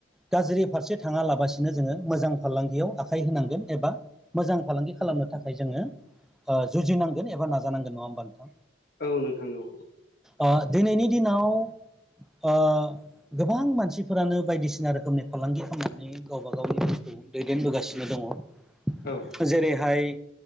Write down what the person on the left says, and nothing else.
औ औ नोंथां औ
औ